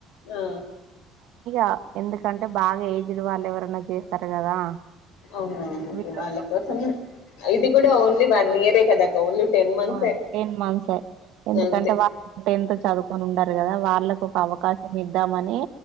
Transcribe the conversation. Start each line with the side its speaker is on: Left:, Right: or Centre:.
Left: ఆ
Right: ఆ ఎందుకంటే బాగా ఏజ్డ్ వాళ్ళు ఎవరైనా చేస్తారు కదా
Left: అవునవును
Right: వీళ్ళు
Left: వాళ్ళ కోసం ఇది కూడా ఓన్లీ వాన్ ఇయరే కదాక ఓన్లీ టెన్ మంత్సే
Right: ఆ ఎయిట్ మంత్సే ఎందుకంటే
Left: అంతే
Right: వా ఎంతో చదువుకొని ఉండరు కదా వాళ్ళకు ఒక అవకాశం ఇద్దామని